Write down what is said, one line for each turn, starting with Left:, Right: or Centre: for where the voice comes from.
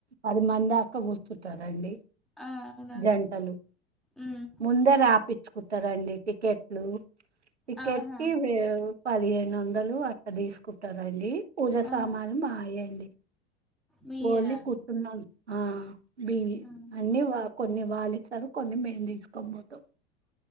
Right: పది మందా పక్క కూర్స్తుంటారంండి
Centre: ఆ అవునా
Right: జంటలు
Centre: ఉమ్
Right: ముంద రాపి తెుకుంటారండి టికెట్ టికెట్టి
Centre: ఆహా
Right: పదిహేను వందలు అది తీసుకుంటారాండి పూజ
Centre: ఆ
Right: సామాలు మాయయండి
Centre: మీయేనా
Right: పోలి
Centre: అండి
Right: కుతున్నా ఆ బియ్య
Centre: ఆహా
Right: అన్ని వా కొన్ని వాలిస్తారు కొన్ని మేయని తీసుకో పోతాం